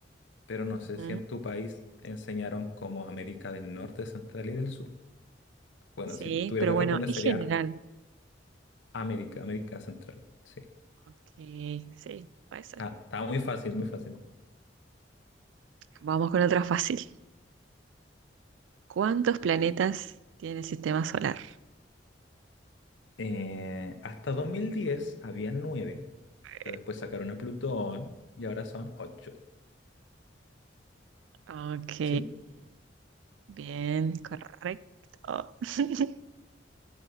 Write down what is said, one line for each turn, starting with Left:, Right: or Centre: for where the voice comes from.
Left: pero no sé
Right: Ujú.
Left: si en tu país enseñaron como América del Norte, Central y del Sur. Bueno,
Right: Sí,
Left: si tuviera
Right: pero
Left: que
Right: bueno,
Left: responder
Right: es
Left: sería
Right: general.
Left: América, América Central. Sí.
Right: Ok, sí, puede ser.
Left: Ah, estaba muy fácil, muy fácil.
Right: Vamos con otra fácil. ¿Cuántos planetas tiene el sistema solar?
Left: Eh, hasta 2010 había nueve, pero
Right: Eh,
Left: después sacaron a Plutón y ahora son ocho.
Right: Ok,
Left: ¿Sí?
Right: bien, correcto. <laughs>